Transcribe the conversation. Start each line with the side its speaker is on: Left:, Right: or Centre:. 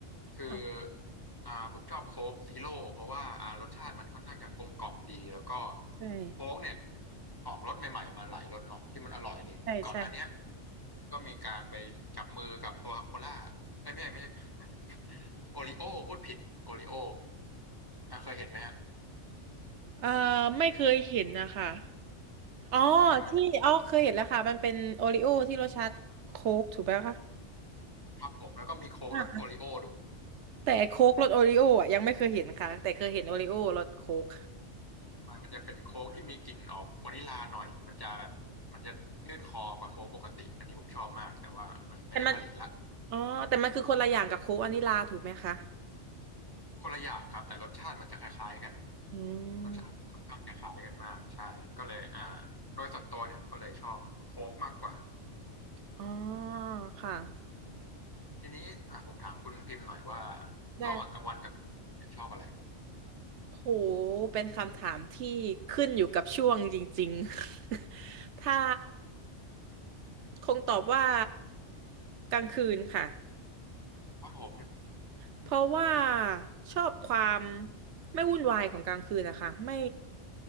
Left: คือ
Right: อ๋อ
Left: อ่าผมชอบโค้กซีโร่เพราะว่าอ่ารสชาติมันค่อนข้างจะกลมกล่อมดีแล้วก็
Right: ใช่
Left: โค้กเนี่ยออกรสใหม่ๆมาหลายรสเนาะที่มันอร่อยเลยเห็นก่อนหน้าเนี้ย
Right: ใช่ใช่
Left: ก็มีการไปจับมือกับโคคาโคล่าเอ้ยไม่ใช่ไม่ใช่ <laughs> โอริโอพูดผิดโอริโออ่ะเคยเห็นไหมฮะ
Right: เอ่อไม่เคยเห็นนะคะ อ๋อ
Left: ใช่มัน
Right: ที่อ๋อเคยเห็นแล้วค่ะมันเป็นโอริโอที่รสชาติโค้กถูกไหมคะ
Left: ทับผมแล้วก็มีโค้กรสโอริโอด้วย
Right: อ่าแต่โค้กรสโอริโออ่ะยังไม่เคยเห็นค่ะแต่เคยเห็นโอริโอรสโค้ก
Left: ใช่มันจะเป็นโค้กที่มีกลิ่นออกวานิลลาหน่อยมันจะแบบมันจะลื่นคอกว่าโค้กปกติอันนี้ผมชอบมากแต่ว่ามันไม่ได้ผลิตละ
Right: แต่มันอ๋อแต่มันคือคนละอย่างกับโค้กวานิลลาถูกไหมคะ
Left: คนละอย่างครับแต่รสชาติมันจะคล้ายๆกัน
Right: อืม
Left: รสชาติค่อนข้างจะคล้ายกันมากใช่ก็เลยอ่าโดยส่วนตัวเนี่ยก็เลยชอบโค้กมากกว่า
Right: อ๋อค่ะ
Left: ทีนี้อ่าผมถามคุณพิมพ์หน่อยว่า
Right: ได้ค่ะ
Left: ระหว่างกลางวันกับคุณชอบอะไรครับ
Right: โหเป็นคำถามที่ขึ้นอยู่กับช่วงจริงๆ <laughs> ถ้าคงตอบว่ากลางคืนค่ะ
Left: ครับผม
Right: เพราะว่าชอบความไม่วุ่นวายของกลางคืนนะคะไม่